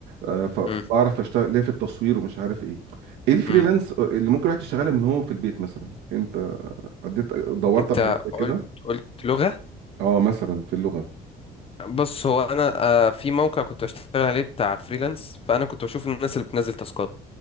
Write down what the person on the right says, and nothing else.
آه، فبعرف
اشتغل ليه في التصوير ومش عارف ايه ايه الفريلانس
اللي ممكن الواحد يشتغلها من هو في البيت مثلا انت عديت دورت
على حاجات زي كده
اه مثلا في اللغه